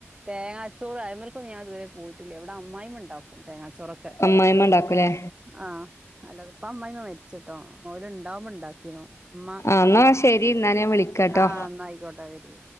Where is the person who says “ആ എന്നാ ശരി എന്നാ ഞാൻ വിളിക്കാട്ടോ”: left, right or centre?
Left